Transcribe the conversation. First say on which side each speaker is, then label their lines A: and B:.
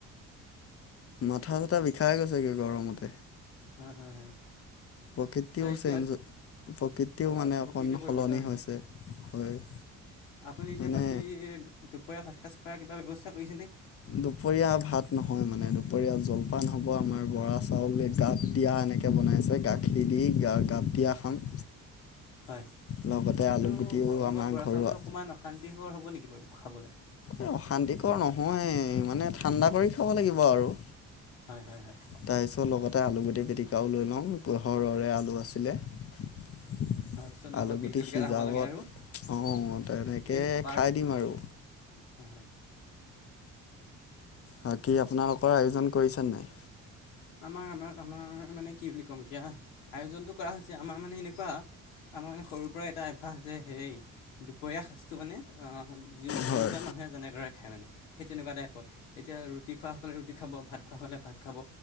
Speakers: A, on the left (about 35°); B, on the left (about 80°).
A: মাথা-চাথা বিষাই গৈছে গে গৰমতে।
B: হয় হয় হয়
A: প্ৰকৃতিও
B: চ' এতিয়া
A: চেঞ্জ হৈ। প্ৰকৃতিও
B: হয়
A: মানে
B: প্ৰকৃতিৰ
A: অকন
B: পৰিৱৰ্তন
A: সলনি হৈছে, হয়।
B: আপুনি এতিয়া
A: মানে
B: বাকী দুপৰীয়া ভাত সাজ খোৱাৰ কিবা ব্যৱস্থা কৰিছেনে।
A: দুপৰীয়া ভাত নহয় মানে দুপৰীয়া জলপান হ'ব আমাৰ বৰা চাউলে গাপ দিয়া। তেনেকে বনাইছে গাখীৰ দি গা গাতিয়া খাম।
B: হয়
A: লগতে
B: কিন্তু
A: আলু গুটিও
B: গৰমত
A: আমাৰ
B: বৰা
A: ঘৰুৱা
B: চাউলটো অকণমান অশান্তিকৰ হ'ব নেকি বাৰু খাবলৈ।
A: এ অশান্তিকৰ নহয় মানে ঠাণ্ডা কৰি খাব লাগিব আৰু।
B: হয়, হয়, হয়।
A: তাৰ পিছত লগতে আলু গুটি পিটিকাও লৈ লওঁ <unintelligible> আলু আছে। <inaudible>
B: তাৰপিছত লগত
A: আলুগুটি
B: বিহ জলকীয়া
A: সিজা
B: হ'ব লাগে
A: <unintelligible>
B: আৰু
A: অ' তেনেকে
B: এই খাবা
A: খাই দিম আৰু।
B: হয়, হয়।
A: বাকি আপোনালোকৰ আয়োজন কৰিছেনে নাই?
B: আমাৰ আমাৰ আমাৰ মানে কি বুলি ক'ম এতিয়া আয়োজনটো কৰা হৈছে আমাৰ মানে এনেকুৱা। আমাৰ মানে সৰুৰ পৰা এটা অভ্যাস যে সেই দুপৰীয়া সাঁজটো মানে অ' যো
A: হয়
B: যোনজন মানু। মানুহে যেনেদৰে খায় মানে সেই তেনেকুৱা টাইপৰ, এতিয়া ৰুটি খোৱাসকলে ৰুটি খাব ভাত খোৱাসকলে ভাত খাব।